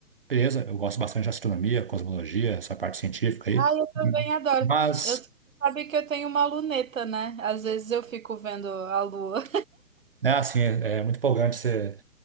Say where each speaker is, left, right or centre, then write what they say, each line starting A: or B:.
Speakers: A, on the right; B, on the right.
A: Beleza, eu gosto bastante de astronomia, cosmologia, essa parte científica aí.
B: Ah, eu também adoro.
A: Mas,
B: Eu você sabe que eu tenho uma luneta, né? Às vezes eu fico vendo a lua.
A: né, assim, é, é muito empolgante você.